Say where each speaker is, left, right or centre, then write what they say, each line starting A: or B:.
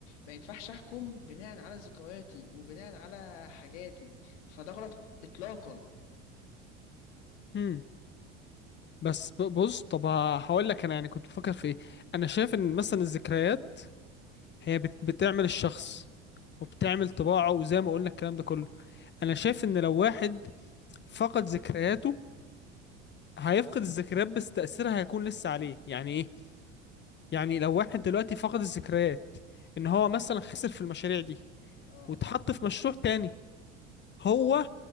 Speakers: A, on the left (about 75°); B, on the left (about 30°).
A: ما ينفعش احكم بناء على ذكرياتي وبناء على حاجاتي فده غلط اطلاقا
B: هم. بس ب- بص طب هقول لك انا يعني كنت بفكر في ايه انا شايف ان مثلا الذكريات هي بت بتعمل الشخص وبتعمل طباعه وزي ما قلنا الكلام ده كله انا شايف ان لو واحد فقد ذكرياته هيفقد الذكريات بس تأثيرها هيكون لسه عليه يعني ايه يعني لو واحد دلوقتي فقد الذكريات ان هو مثلا خسر في المشاريع دي
A: اه
B: واتحط في مشروع تاني هو